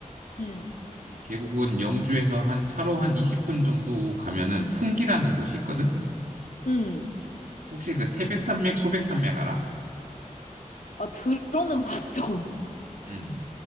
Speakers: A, on the left; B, on the right.
A: 응,
B: 계곡은 영주에서 한 차로 한 20분 정도 가면은 풍기라는 곳이 있거든?
A: 응.
B: 혹시 그 태백산맥, 소백산맥 알아?
A: 아, 들어는 봤어.
B: 음.